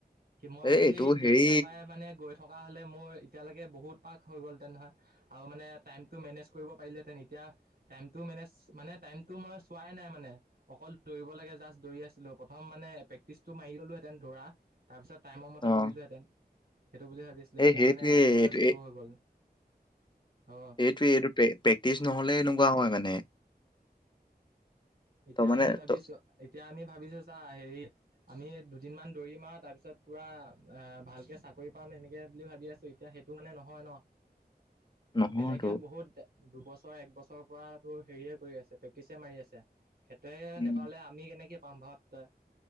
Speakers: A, on the right; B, on the left.
A: মই
B: এই
A: যদি
B: এইটো
A: তেতিয়াৰ
B: হেৰি
A: পৰাাই মানে গৈ থকা হলে মোৰ এতিয়ালৈকে বহুত পাক হৈ গল তেতে নহয়। আৰু মানে টাইম টো মেনেজ কৰিব পাৰিলোহেতেন এতিয়া। টাইমটো মেজ মানে টাইমটো মই চোৱাই নাই মানে। অকল দৌৰিব লাগে জাষ্ট দৌৰি আছিলো প্ৰথম মানে প্ৰেক্টিচটো মাৰি দলোহেঁতেন দৌৰা। তাৰপিছত টাইমৰ মতে
B: অ',
A: দৌৰিলোহেঁতেন, সেইটো বুলি ভাবিছিলো
B: এই
A: এতিয়া
B: সেইটোৱে
A: মানে একেবাৰে।
B: এইটো
A: শ্ল'
B: এই
A: হৈ গল, অ।
B: এইটোৱ এইটো প্ৰেক্টিচ নহ'লে এনেকুৱা হয় মানে।
A: এতিয়া
B: ত' মানে
A: আমি ভাবিছো
B: ত
A: এতিয়া আমি ভাবিছো চা হেৰি। আমি দুদিনমানান দৌৰিম আৰু তাৰ পিছত পুৰা অ' ভালকে চাকৰি পাম এনেকে বুলি ভাবি আছো। এতিয়া সেইটো মানে নহয় ন।
B: <unintelligible> নহয়
A: বেলেগে
B: তো
A: বহুত দুবছৰ একবছৰৰ পৰাতো হেৰিয়ে কৰি আছে। প্ৰেক্টিছে মাৰি আছে, সেইটোৱে
B: উম,
A: নাপালে আমি কেনেকে পাম ভাৱ তই